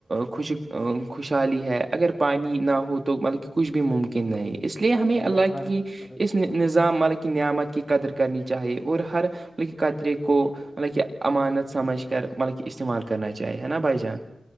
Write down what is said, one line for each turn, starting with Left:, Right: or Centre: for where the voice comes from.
Right: خوش خوشحالی ہے اگر پانی نہ ہو تو مطلب کہ کچھ بھی ممکن نہیں اس لیے ہمیں
Left: وہی
Right: اللہ
Left: نا ہر
Right: کی اس نظام ملک کی نعمت کی قدر کرنی چاہیے اور ہر م قطرے کو مطلب کہ امانت سمجھ کر مطلب کہ استعمال کرنا چاہی ہے نا بائی جان